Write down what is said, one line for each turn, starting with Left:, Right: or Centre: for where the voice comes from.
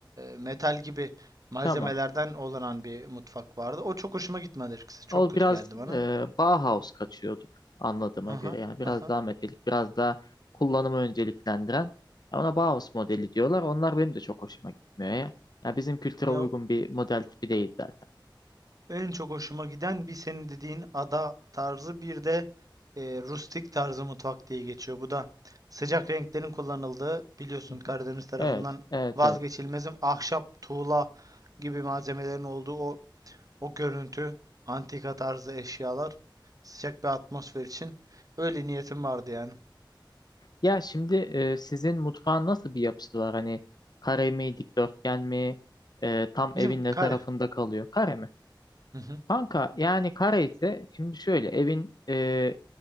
Right: metal gibi malzemelerden
Left: Tamam.
Right: olanan bir mutfak vardı. O çok hoşuma gitmedi açıkçası. Çok
Left: O
Right: kötü
Left: biraz
Right: geldi bana.
Left: e, Bauhaus kaçıyorduk anladığıma
Right: Aha
Left: göre. Yani biraz
Right: aha.
Left: daha metalik, biraz daha kullanımı önceliklendiren. Ya Ona Bauhaus modeli diyorlar. Onlar benim de çok hoşuma gitmiyor ya. Ya bizim kültüre
Right: Ya
Left: uygun bir model tipi değil zaten.
Right: en çok hoşuma giden bir senin dediğin ada tarzı bir de e, rustik tarzı mutfak diye geçiyor. Bu da sıcak renklerin kullanıldığı biliyorsun
Left: Hı
Right: Karadeniz
Left: hı.
Right: tarafından
Left: Evet, evet,
Right: vazgeçilmezim
Left: evet.
Right: ahşap tuğla gibi malzemelerin olduğu o O görüntü, antika tarzı eşyalar, sıcak bir atmosfer için öyle niyetim vardı yani.
Left: Ya şimdi e, sizin mutfağın nasıl bir yapısı var? Hani kare mi, dikdörtgen mi, e, tam evin
Right: Bizim
Left: ne
Right: kare.
Left: tarafında kalıyor? Kare mi?
Right: Hı hı,
Left: Kanka yani kare ise şimdi şöyle evin e,